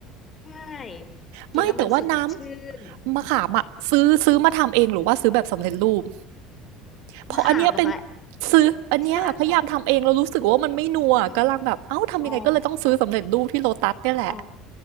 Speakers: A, on the left; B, on the right.
A: ใช่กินแล้วมันสดชื่น
B: ไม่แต่ว่าน้ำมะขามอะซื้อซื้อมาทำเองหรือว่าซื้อแบบสำเร็จรูปเพราะอันเนี้ยเป็น
A: มะขามเหรอคะ
B: ซื้ออันเนี้ยพยายามทำเองแล้วรู้สึกว่ามันไม่นัวกำลังแบบเอ้าทำยังไงก็เลยต้องซื้อสำเร็จรูปที่โลตัสเนี่ยแหละ
A: ที่บ้านของอ๋ออ๋ออ๋อ